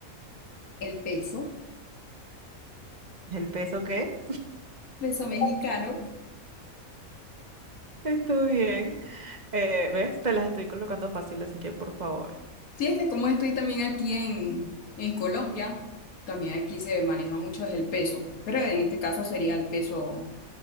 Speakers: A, on the left; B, on the right.
A: ¿el peso,
B: ¿El peso qué?
A: peso mexicano?
B: <laughs> Está bien. Eh, ¿ves? Te las estoy colocando fácil, así que por favor.
A: Sí, es que como estoy también aquí en, en Colombia, también aquí se maneja mucho es el peso, pero en este caso sería el peso,